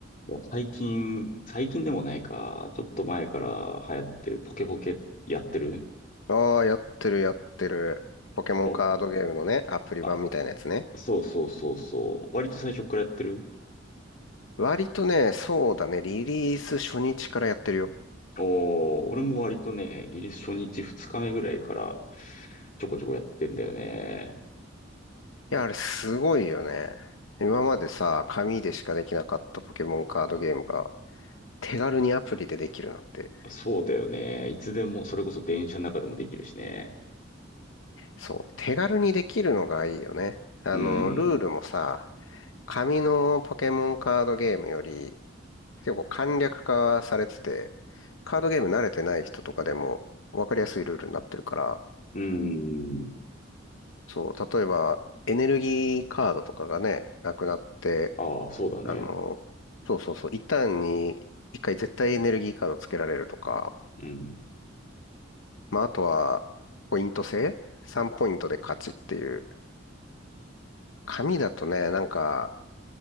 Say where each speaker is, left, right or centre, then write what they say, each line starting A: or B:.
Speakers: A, on the left (about 45°); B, on the left (about 75°).
A: もう最近、最近でもないか、ちょっと前から流行ってるポケポケやってる
B: ああ、やってるやってる。ポケモンカードゲームのね、
A: お、
B: アプリ版みたいなやつね。
A: あ、そうそうそうそう。割と最初からやってる
B: 割とね、そうだね、リリース初日からやってるよ。
A: おー、俺も割とね、リリース初日2日目ぐらいからちょこちょこやってんだよね。
B: いや、あれすごいよね。今までさ、紙でしかできなかったポケモンカードゲームが、手軽にアプリでできるなんて。
A: そうだよね。いつでも、それこそ電車の中でもできるしね。
B: そう、手軽にできるのがいいよね。あの、
A: うん。
B: ルールもさ、紙のポケモンカードゲームより結構簡略化されてて、カードゲーム慣れてない人とかでも分かりやすいルールになってるから、
A: うん。
B: そう、例えば、エネルギーカードとかがね、なくなって、
A: ああ、そうだね。
B: あの、そうそうそう、一旦に一回絶対エネルギーカードつけられるとか、
A: うん。
B: まあ、あとは、ポイント制 ?3 ポイントで勝ちっていう。紙だとね、なんか、